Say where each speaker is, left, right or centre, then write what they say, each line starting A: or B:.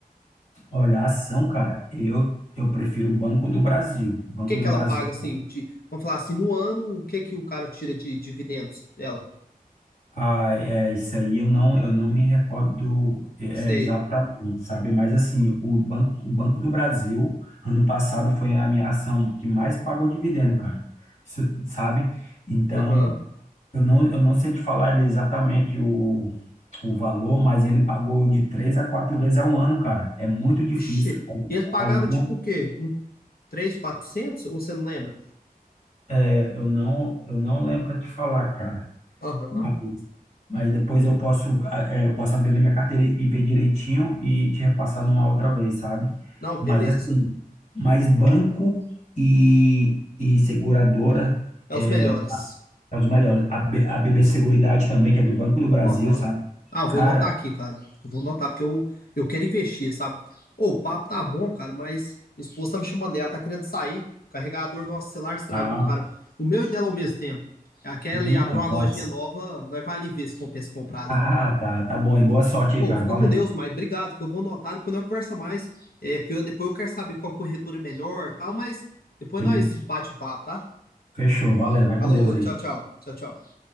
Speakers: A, on the left; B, on the left.
A: Olha, a ação, cara, eu, eu prefiro o Banco do Brasil. Banco
B: que é
A: do
B: que ela
A: Brasil.
B: paga, assim, de, vamos falar assim, no ano, o que é que o cara tira de dividendos dela?
A: Ah, é, isso aí eu não, eu não me recordo é, é,
B: Você,
A: exatamente, sabe? Mas assim, o Banco, o Banco do Brasil, ano passado, foi a minha ação que mais pagou dividendo, cara. S- Sabe? Então,
B: aham,
A: eu não, eu não sei te falar exatamente o o valor, mas ele pagou de três a quatro vezes ao ano, cara. É muito difícil.
B: Vixe,
A: Al-
B: e ele pagava
A: Algum,
B: tipo o quê? Um 3, 400? Ou você não lembra?
A: é, eu não, eu não lembro para te falar, cara.
B: Aham.
A: Mas, mas depois eu posso, ah, é, eu posso abrir ali minha carteira e e ver direitinho e te repassar numa outra vez, sabe?
B: Não, beleza.
A: Mas assim, mas banco e, e seguradora
B: É
A: é,
B: os melhores.
A: é os melhores. A, B- a BB Seguridade também, que é do Banco do Brasil,
B: Aham.
A: sabe?
B: Ah, vou
A: Cara,
B: anotar aqui, cara. Eu Vou anotar, porque eu, eu quero investir, sabe? Ô, o papo tá bom, cara, mas minha esposa tá me chamando, ela tá querendo sair. O carregador do nosso celular estragou,
A: ah,
B: cara. O meu e dela ao mesmo tempo. A Kelly
A: minha
B: abriu uma lojinha
A: nossa.
B: nova, nós vai ali ver se compensa comprar ali.
A: Ah, tá, tá bom aí. Boa sorte
B: Ô,
A: aí, cara.
B: fica
A: Valeu.
B: com Deus, mas obrigado, que eu vou anotar, depois nós conversa mais. É, porque eu- depois eu quero saber qual corretora é melhor e tal, mas depois
A: Sim,
B: nós bate o papo, tá?
A: fechou. Valeu. Vai
B: Alô,
A: com Deus aí.
B: tchau, tchau. Tchau, tchau.